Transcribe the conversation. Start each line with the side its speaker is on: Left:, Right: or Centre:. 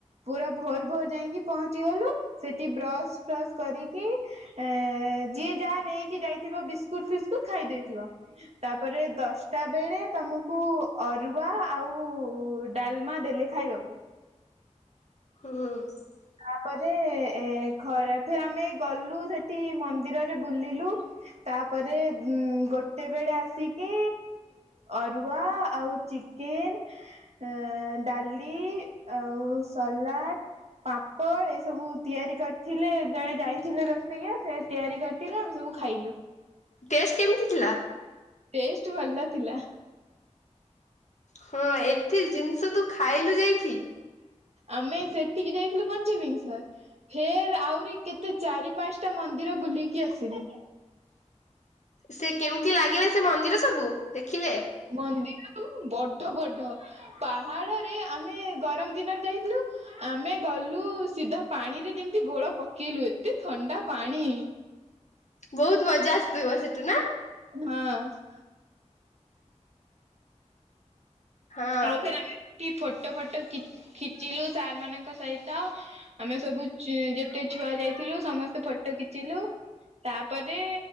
Right: ପୁରା ଭୋର୍ ଭୋର୍ ଯାଇକି ପହଞ୍ଚି ଗଲୁ। ସେଠି ବ୍ରସ୍ ଫ୍ରସ୍ କରିକି ଏଁ ଯିଏ ଯାହା ନେଇକି ଯାଇଥିବ। ବିସ୍କୁଟ୍ ଫିସ୍କୁଟ୍ ଖାଇ ଦେଇଥିବ। ତାପରେ ଦଶଟା ବେଳେ ତମକୁ ଅରୁଆ ଆଉ ଡାଲ୍ମା ଦେଲେ ଖାଇବାକୁ?
Left: ହୁଁ।
Right: ତାପରେ, ଏ ଖରାଫ୍ ଆମେ ଗଲୁ ସେଠି ମନ୍ଦିରରେ ବୁଲିଲୁ। ତାପରେ ଉଁ ଗୋଟେ ବେଳେ ଆସିକି ଅରୁଆ ଆଉ ଚିକେନ୍, ଅଁ ଡାଲି, ଆଉ ସଲାଡ଼ ପାମ୍ପଡ, ଏଇ ସବୁ ତିଆରି କରିଥିଲେ। ଜଣେ ଯାଇଥିଲେ ରସ୍ ରୋସେଇଆ, ସେ ତିଆରି କରିଥିଲା ଆମେ ସବୁ ଖାଇଲୁ।
Left: ଟେଷ୍ଟ୍ କେମିତି ଥିଲା?
Right: ଟେଷ୍ଟ୍ ଭଲ ଥିଲା।
Left: ହଁ, ଏଠି ଜିନିଷ ତୁ ଖାଇଲୁ ଯାଇକି।
Right: ଆମେ ସେଠିକି ଯାଇଥିଲୁ ପଞ୍ଚ ଲିଙ୍ଗେଶ୍ୱର ଫେର୍ ଆହୁରି କେତେ ଚାରି, ପାଞ୍ଚଟା ମନ୍ଦିର ବୁଲିକି ଆସିଲୁ।
Left: ସେ କେମିତି ଲାଗିଲା ସେ ମନ୍ଦିର ସବୁ, ଦେଖିଲେ?
Right: ବହୁତୁ ବଡ ବଡ ପାହାଡରେ ଆମେ ଗରମ ଦିନରେ ଯାଇଥିଲୁ ଆମେ ଗଲୁ ସିଧା ପାଣିରେ ଯେମିତି ଗୋଡ ପକେଇଲୁ, ଏତେ ଥଣ୍ଡା ପାଣି।
Left: ବହୁତ୍ ମଜା ଆସିଥିବ ସେଠେ, ନା?
Right: ହଁ।
Left: ହଁ
Right: ଆଉ ଫେର ଆମେ ସେଠି ଫଟୋ ଫଟୋ ଖି ଖିଚିଲୁ ସାର୍ ମାନଙ୍କ ସହିତ ଆମେ ସବୁ ଯେତେ ଛୁଆ ଯାଇଥିଲୁ ସମସ୍ତେ ଫଟୋ ଖିଚିଲୁ। ତାପରେ